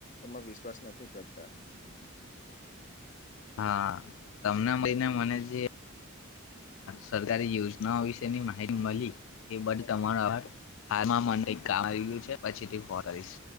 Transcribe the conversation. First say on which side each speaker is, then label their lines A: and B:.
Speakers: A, on the left; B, on the left.
A: એમાં વિશ્વાસ નથી કરતા. <unintelligible>
B: હા તમને મળીને મને જે સરકારી યોજનાઓ વિશેની માહિતી મળી, એ બધ તમારા <inaudible> હ મને કામ આયું છે પછી થી ફોન કરીશ.